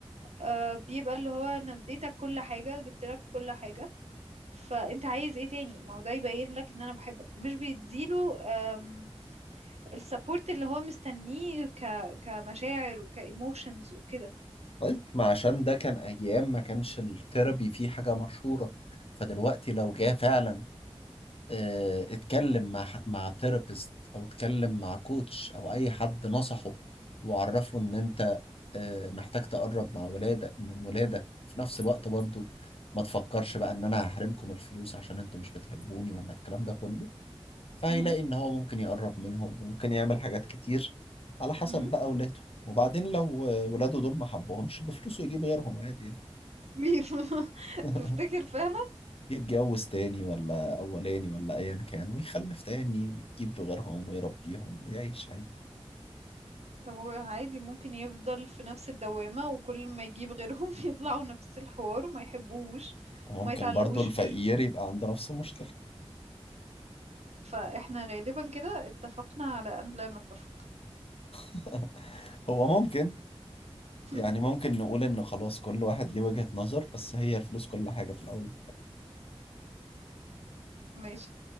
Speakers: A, on the right (about 85°); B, on the left (about 60°).
A: آه بيبقى اللي هو انا اديتك كل حاجه جبت لك كل حاجه فانت عايز ايه تاني ما هو ده يبين لك ان انا بحبك ومش بيديله آم، السبورت اللي هو مستنيه ك كمشاعر وكايموشنز وكده
B: طيب ما عشان ده كان أيام ما كانش الثيرابي فيه حاجة مشهورة فدلوقتي لو جه فعلا آه، اتكلم مع ح- مع ثيرابيست او اتكلم مع كوتش او اي حد نصحه وعرفه ان انت آه، محتاج تقرب مع ولادك من ولادك في نفس الوقت برضو ما تفكرش بقى ان انا هحرمكم الفلوس عشان انتوا مش بتحبوني ولا الكلام ده كله فهيلاقي
A: امم
B: ان هو ممكن يقرب منهم وممكن يعمل حاجات كتير على حسب
A: امم
B: بقى ولاده وبعدين لو آه، ولاده دول ما حبهمش بفلوسه يجيب غيرهم عادي يعني
A: <laughs>
B: <laughs>
A: تفتكر فعلا
B: يتجوز تاني ولا أولاني ولا أيا كان ويخلف تاني ويجيب غيرهم ويربيهم ويعيش عادي
A: طب هو عادي ممكن يفضل في نفس الدوامة وكل ما يجيب غيرهم <laughs> يطلعوا نفس الحوار وما يحبوش
B: وممكن
A: وما يتعلقوش
B: برضو الفقير
A: بيه
B: يبقى عنده نفس المشكلة
A: فاحنا غالبا كده اتفقنا على ان لا نتفق
B: <laughs> هو ممكن
A: <laughs>
B: يعني ممكن نقول إن خلاص كل واحد ليه وجهة نظر بس هي الفلوس كل حاجة في الأول
A: ماشي